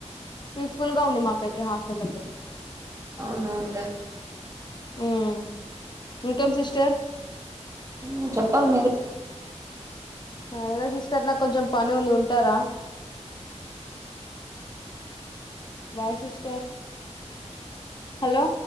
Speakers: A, on the left (about 40°); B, on the right (about 25°).
A: పీస్ఫుల్ గా ఉంది మాకైతే హాస్టల్ దగ్గర.
B: అవునా అదే.
A: ఉమ్ ఇంకేం సిస్టర్.
B: ఉమ్ చెప్పాలి మీరే.
A: సరేనా సిస్టర్ నాకు కొంచెం పని ఉంది ఉంటారా.
B: అ
A: హాయ్ సిస్టర్ హలో.